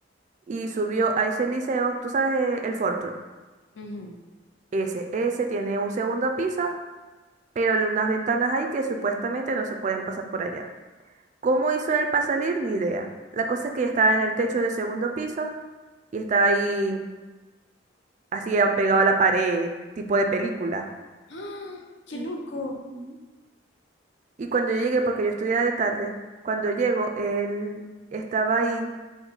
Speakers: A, on the right (about 40°); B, on the left (about 65°).
A: y subió a ese liceo, tú sabes, eh, el Fortur.
B: ujú.
A: Ese, ese tiene un segundo piso, pero le- unas ventanas ahí que supuestamente no se pueden pasar por allá. ¿Cómo hizo él para salir? Ni idea. La cosa es que yo estaba en el techo del segundo piso y estaba ahí así pegado a la pared, tipo de película.
B: ¡Ah! ¡Qué
A: Ujú.
B: loco!
A: Y cuando yo llegué, porque yo estudiaba de tarde, cuando llego, él estaba ahí,